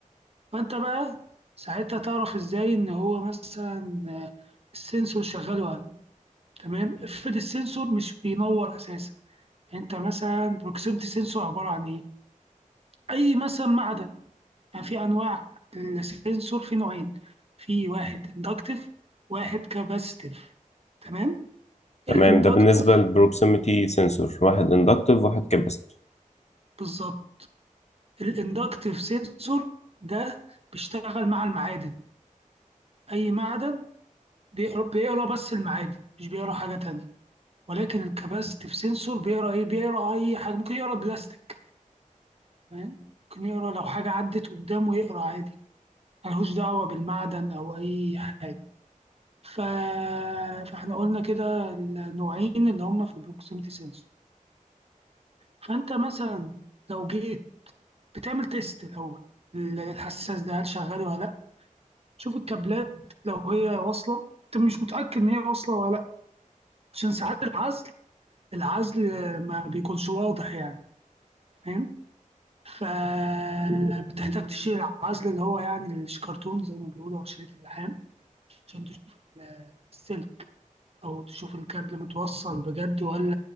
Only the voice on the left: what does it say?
تمام
ده بالنسبه للبروكسيميتي سنسور واحد اندكتيف واحد كاباسيتيف